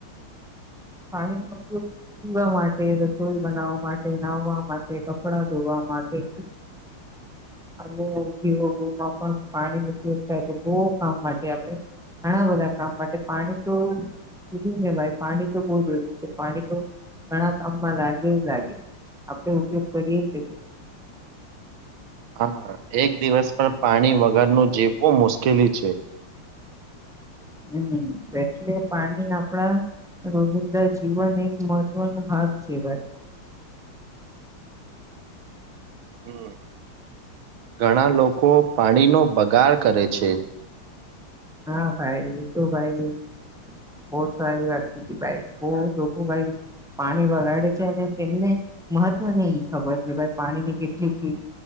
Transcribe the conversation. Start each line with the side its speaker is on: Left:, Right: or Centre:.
Centre: પાણીનો ઉપયોગ પીવા માટે રસોઈ બનાવવા માટે નાહવા માટે કપડા ધોવા માટે અને ઉદ્યોગોમાં પણ પાણી ઉપયોગ થાય છે બહુ કામ માટે આપણે ઘણા બધા કામ માટે પાણી તો કીધું ને ભાઈ પાણી બહુ જરૂરી છે પાણી તો ઘણા કામમાં લાગે લાગે આપણેે ઉપયોગ કરીએે કરીએ
Right: હા એક દિવસ પણ પાણી વગરનું જીવવું મુશ્કેલી છે
Centre: હું એટલે પાણી આપડા રોજિંદા જીવન એક મહત્વનો ભાગ કેવાય <inaudible>
Right: હમ, ઘણા લોકો પાણીનો બગાડ કરે છે
Centre: હા ભાઈ તું ભાઈ બહુ સારી વાત કીધીભાઈ બહું લોકો ભાઈ પાણી વગાડે છે અને તેમને મહત્વ નહી ખબર કે ભાઈ પાણી ની કેટલી કઈ